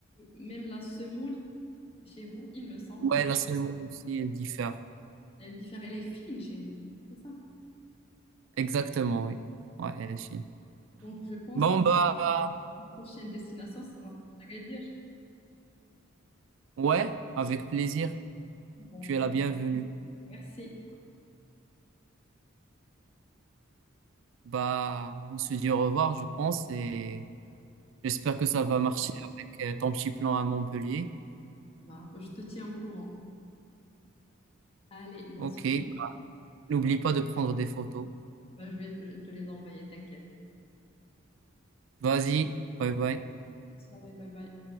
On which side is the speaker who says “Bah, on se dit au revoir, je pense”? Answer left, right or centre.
Right